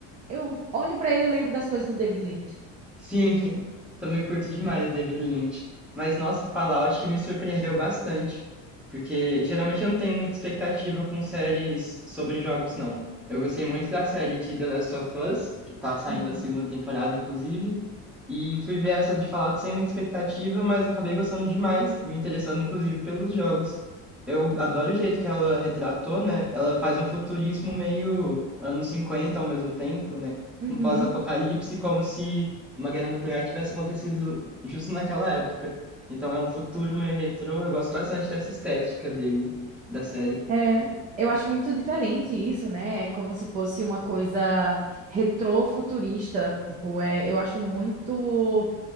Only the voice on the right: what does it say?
eu olho pra ele e lembro das coisas do David Lynch.
Uhum.
Uhum.
É, eu acho muito diferente isso, né? É como se fosse uma coisa retrofuturista. Tipo, é, eu acho muito.